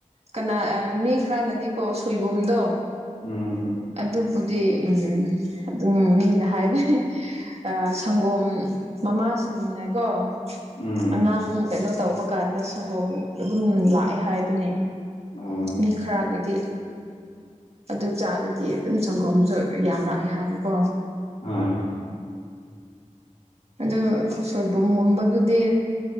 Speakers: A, on the right; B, on the left.
A: ꯀꯅꯥ ꯃꯤ ꯈꯔꯅꯗꯤꯀꯣ ꯁꯣꯏꯕꯨꯝꯗꯣ
B: ꯎꯝ
A: ꯑꯗꯨꯕꯨꯗꯤ ꯎꯝ ꯑꯗꯨꯝ ꯃꯤꯅ ꯍꯥꯏꯕꯅꯦ ꯑꯥ ꯁꯪꯒꯣꯝ ꯃꯃꯥꯁꯤꯡꯅꯀꯣ
B: ꯎꯝ
A: ꯑꯉꯥꯡ ꯀꯩꯅꯣ ꯇꯧꯕ ꯀꯥꯟꯗ ꯁꯪꯒꯣꯝ ꯑꯗꯨꯝ ꯂꯥꯛꯑꯦ ꯍꯥꯏꯕꯅꯦ
B: ꯑꯣ
A: ꯃꯤ ꯈꯔꯒꯤꯗꯤ ꯑꯗꯨ ꯆꯥꯔꯗꯤ ꯑꯗꯨꯝ ꯁꯪꯒꯣꯝꯁꯨ ꯌꯥꯝꯔꯛꯑꯦ ꯍꯥꯏꯅꯀꯣ
B: ꯎꯝ
A: ꯑꯗꯨ ꯁꯣꯏꯕꯨꯝꯒꯨꯝꯕꯗꯨꯗꯤ